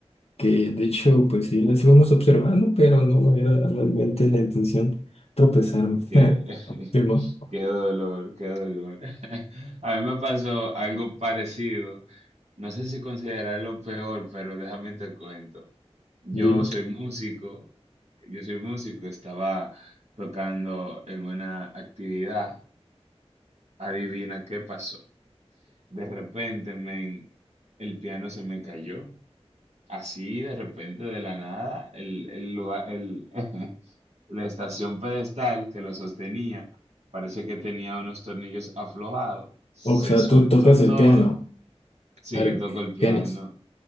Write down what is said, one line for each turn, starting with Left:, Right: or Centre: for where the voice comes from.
Left: que de hecho, pues sí, las íbamos observando, pero no me era realmente la intención tropezarme.
Right: Ay, qué,
Left: <laughs>
Right: <laughs>
Left: Primo,
Right: qué dolor, qué dolor. <laughs> A mí me pasó algo parecido. No sé si considerarlo peor, pero déjame te cuento. Yo
Left: dime.
Right: soy músico, yo soy músico, estaba tocando en una actividad, adivina qué pasó. De repente, men, el piano se me cayó, así de repente de la nada, el, el lugar, el, <laughs> la estación pedestal que lo sostenía, parece que tenía unos tornillos aflojados, se
Left: O sea,
Right: soltó
Left: tú tocas el
Right: todo,
Left: piano,
Right: sí,
Left: Argenis,
Right: yo toco el piano.